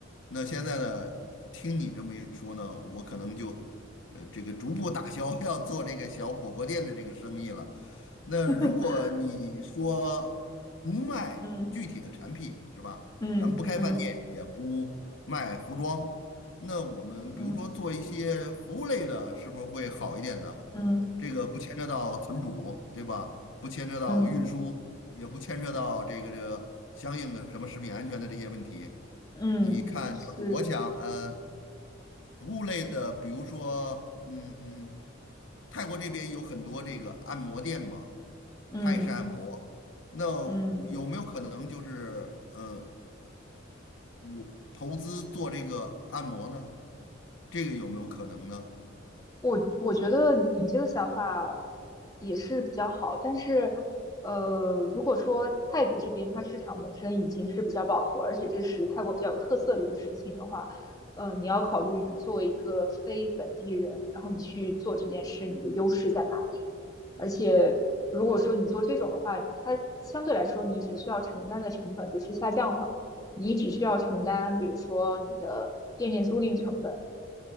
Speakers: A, on the left; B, on the left.
A: 那现在呢，听你这么一说呢，我可能就呃这个逐步打消 <laughs> 要做这个小火锅店的这个生意了。那如果你说不卖具体的产品是吧？
B: <laughs> 嗯嗯嗯
A: 咱们不开饭店，也不卖服装，那我们比如说做一些服务类的，
B: 嗯
A: 是不是会好一点呢？
B: 嗯
A: 这个不牵扯到存储，对吧？不牵扯到运输，
B: 嗯。
A: 也不牵扯到这个这个相应的什么食品安全的这些问题。
B: 嗯是，
A: 你看，就是我想，呃，服务类的，比如说，嗯，泰国这边有很多这个按摩店嘛，
B: 嗯
A: 泰式按摩，那
B: 嗯，
A: 有没有可能就是，呃？我投资做这个按摩呢，这个有没有可能呢？
B: 我我觉得你这个想法也是比较好，但是，呃，如果说泰国这边它市场本身已经是比较饱和，而且这是泰国比较有特色的一个事情的话，呃，你要考虑你作为一个非本地人，然后你去做这件事，你的优势在哪里？而且，如果说你做这种的话，它相对来说你只需要承担的成本就是下降了，你只需要承担，比如说你的店面租赁成本。